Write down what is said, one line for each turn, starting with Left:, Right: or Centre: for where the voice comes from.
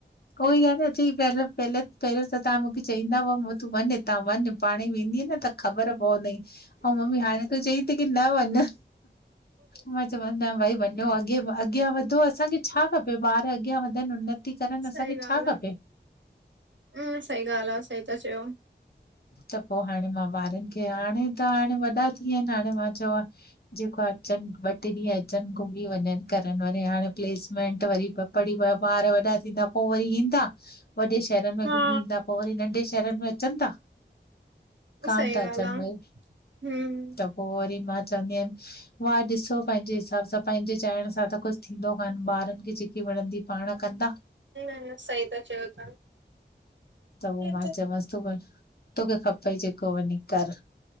Left: उहो ही आ न अ चई पियो पल पहिरियों त तव्हां मूंखे चईंदा तूं वञ हितां वञ पाणे ई वेंदी इअ न त ख़बर पवंदई आऊं मम्मी हाणे तूं चई थी की न वञ मां चवंद न भई वञ अॻे अॻियां वधो असांखे छा खपे? ॿार अॻियां वधनि उनती करनि
Right: सही
Left: असांखे छा
Right: ॻालह
Left: खपे
Right: हूं सही ॻालह सही त चओ
Left: त पोइ हाणे मां ॿारनि खे हाणे त हाणे वॾा थी विया आहिनि हाणे मां चयो जेको आहे अचनि ॿ टे ॾींहं अचनि घुमी वञनि करनि वरी हाणे प्लेसमेंट वरी पढ़ी ॿ ॿार वरी वॾा थींदा पोइ वरी ईंदा वॾे शहरनि में
Right: हा
Left: घुमी ईंदा पोइ वरी नंढे शहरनि में अचनि था? कान
Right: सही
Left: था अचनि
Right: ॻाल्हि आ,
Left: भई
Right: हम्म
Left: त पोइ वरी मां च्वंदी आहियनि वाह मुंहिंजा ॾिसो पंहिंजे हिसाब सां पनहिं मुहिंजे चाइण सां त कुझु थींदो कान ॿारनि खे जेकी वणंदी पाण कंदा
Right: ह सही त चओ तव्हां।
Left: त उ
Right: हे
Left: मां चयो मांस तू <inaudible> तोखे खपई जेको वञी कर